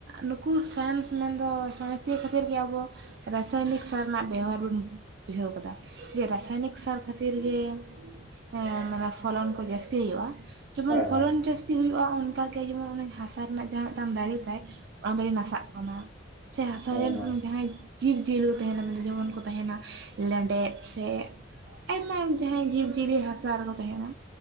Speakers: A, on the right; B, in the centre.
A: ᱱᱩᱠᱩ ᱥᱟᱭᱮᱱᱥ ᱢᱮᱱᱫᱚ ᱥᱟᱭᱮᱱᱥ ᱼᱼ ᱪᱮᱫ ᱠᱷᱟᱹᱛᱤᱨ ᱜᱮ ᱟᱵᱚ ᱨᱟᱥᱟᱭᱱᱤᱠ ᱥᱟᱨ ᱨᱮᱱᱟᱜ ᱵᱮᱣᱦᱟᱨ ᱵᱚᱱ ᱼᱼ ᱵᱩᱡᱷᱟᱹᱣ ᱠᱟᱫᱟ। ᱡᱮ ᱨᱟᱥᱟᱭᱱᱤᱠ ᱥᱟᱨ ᱠᱷᱟᱹᱛᱤᱨ ᱜᱮ, ᱮᱸ ᱢᱟᱱᱮ ᱯᱷᱚᱞᱚᱱ ᱠᱚ ᱡᱟᱹᱥ ᱼᱼ ᱛᱤ ᱦᱩᱭᱩᱜᱼᱟ, ᱡᱮᱢᱚᱱ
B: ᱦᱮᱸ
A: ᱯᱷᱚᱞᱚᱱ
B: ᱦᱮᱸ
A: ᱡᱟᱹᱥᱛᱤ ᱦᱩᱭᱩᱜᱼᱟ, ᱚᱱᱠᱟᱜᱮ ᱡᱮᱢᱚᱱ ᱚᱱᱟ ᱦᱟᱥᱟ ᱨᱮᱱᱟᱜ ᱡᱟᱦᱟᱸ ᱢᱤᱫᱴᱟᱝ ᱫᱟᱲᱮ ᱛᱟᱭ, ᱚᱱᱟ ᱫᱚᱨᱮ ᱱᱟᱥᱟᱜ ᱠᱟᱱᱟ। ᱥᱮ ᱦᱟᱥᱟ
B: ᱦᱮᱸ
A: ᱨᱮᱱ
B: ᱦᱮᱸ
A: ᱡᱟᱦᱟᱸᱭ ᱡᱤᱵᱽ ᱡᱤᱭᱟᱹᱞᱤ ᱛᱟᱦᱮᱱᱟ ᱡᱮᱢᱚᱱ ᱠᱚ ᱛᱟᱦᱮᱱᱟ, ᱞᱮᱸᱰᱮᱛ ᱥᱮ ᱟᱭᱢᱟ ᱡᱟᱦᱟᱸᱭ ᱡᱤᱵᱽ ᱡᱤᱭᱟᱹᱞᱤ ᱦᱟᱥᱟ ᱨᱮᱦᱚᱸ ᱼᱼ ᱛᱟᱦᱮᱱᱟ,